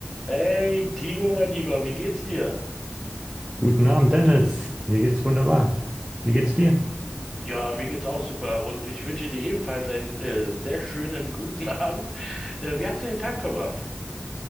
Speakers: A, in the centre; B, on the right (about 15°).
A: Hey, Timo, mein Lieber, wie geht's dir?
B: Guten Abend, Dennis. Mir geht's wunderbar. Wie geht's dir?
A: Ja, mir geht's auch super und ich wünsche dir ebenfalls einen äh, sehr schönen guten <laughs> Abend. Äh, wie hast du den Tag verbracht?